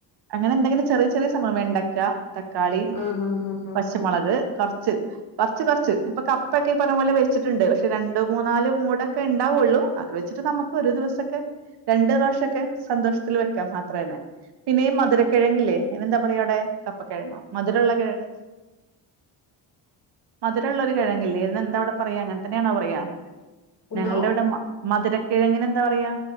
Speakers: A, on the right (about 65°); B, on the left (about 45°).
A: അങ്ങനെ എന്തെങ്കിലും ചെറിയ ചെറിയ സംഭവം വെണ്ടക്ക ത ക്കാളി
B: ഉം ഉം ഉം
A: പച്ചമൊളക്
B: ഉം
A: കോറച്ച്. കൊറച്ച് കൊറച്ച് ഇപ്പൊ കപ്പക്കെ ഇ പറഞ്ഞപോലെ വെച്ചിട്ടുണ്ട്. പക്ഷെ രണ്ട് മൂന്നാല് മൂടൊക്കെ ഇണ്ടാവ്ള്ളൂ. അത് വെച്ചിട്ട് നമ്മക്ക് ഒരു ദിവസൊക്കെ രണ്ട് പ്രാവശ്യക്കെ സന്തോഷത്തില് വെക്കാം അത്രന്നെ. പിന്നെ ഇ മധുരക്കെഴങ്ങില്ലേ അതിന് എന്താ പറയാ അവിടെ കപ്പക്കെഴങ്ങോ മധുരള്ള കെഴങ്ങ്. മധുരുള്ള ഒരു കെഴങ്ങില്ലേ അതിന് എന്ത അവിടെ പറയാ അങ്ങനെ തന്നെയാണോ പറയ
B: എന്തോ
A: ഞങ്ങൾടെ ഇവടെ മധുരക്കെഴങ്ങിന് എന്താ പറയാ